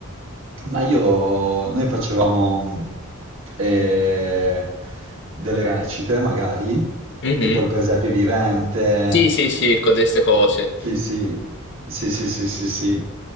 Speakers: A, on the right; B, on the left.
A: Ma io, noi facevamo mh, eh, delle recite, magari,
B: Mhm.
A: tipo il presepe vivente.
B: Sì, sì, sì, con queste cose.
A: Sì, sì, sì, sì, sì, sì, sì.